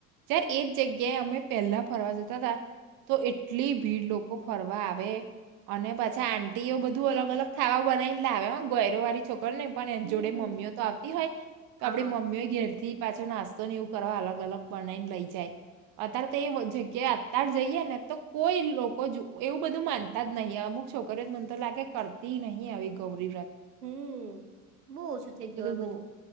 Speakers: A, on the right; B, on the right.
A: જય્યારે એજ જગ્યાએ અમે પહેલા ફરવા જતા હતા. તો એટલી ભીડ લોકો ફરવા આવે. અને પછી આંટીીઓ બધું અલગ અલગ ખાવા બનાવીને લાવે ગયરો વાળી છોકરીને પણ
B: હમ્મ.
A: એ જોડે મમ્મી તો આવતી હોય તો
B: હા.
A: આપડી મમ્મીય ઘેર પાછો નાસ્તો ને એવું કરવા અલગ અલગ બનાને લઈ જાય. અત્યારે તો એ જગ્યાએ અત્યારે જઈએ ને તો કોઈ લોકો જો એવું બધું માન ત જ નહી અમુક છોકરીત મત લાગે કરતી ન આવીવે ગૌરીબ રથ
B: હમ બહુ ઓછું થઇ ગયું એ
A: બહુ
B: બધું